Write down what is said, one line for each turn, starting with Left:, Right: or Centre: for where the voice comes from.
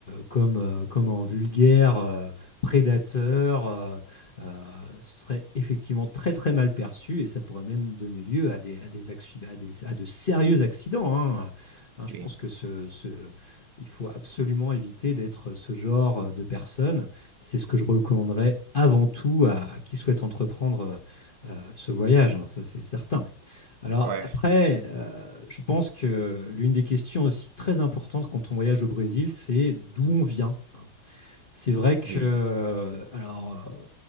Left: comme, euh, comme un vulgaire euh, prédateur. euh, euh, ce serait effectivement très, très mal perçu et ça pourrait même donner lieu à des, à des accidents, à des- à de sérieux accidents. hein. Hein, je
Right: Oui,
Left: pense que ce, ce- il faut absolument éviter d'être ce genre de personne. C'est ce que je recommanderais avant tout à, à qui souhaite entreprendre euh, euh, ce voyage, hein, ça c'est certain. Alors
Right: ouais,
Left: après, euh, je pense que l'une des questions aussi très importantes quand on voyage au Brésil, c'est d'où on vient. C'est vrai que,
Right: oui,
Left: euh, alors, euh,